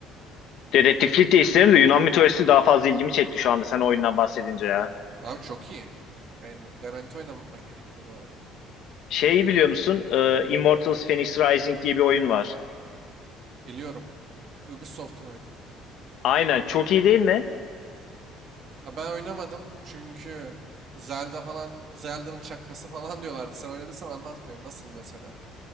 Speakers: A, on the left; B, on the right.
A: Dedektiflik de isterim de Yunan mitolojisi daha fazla ilgimi çekti şu anda sen o oyundan bahsedince ya.
B: Abi çok iyi. Yani garanti oynaman gerekiyor bu arada.
A: Şeyi biliyor musun? Ee, Immortals
B: Neyi?
A: Fenyx Rising diye bir oyun var.
B: Biliyorum. E, Ubisoft'un oyunu.
A: Aynen, çok iyi değil mi?
B: Ha ben oynamadım çünkü Zelda falan Zelda'nın çakması falan <laughs> diyorlardı. Sen oynadıysan anlat bir. Nasıl mesela?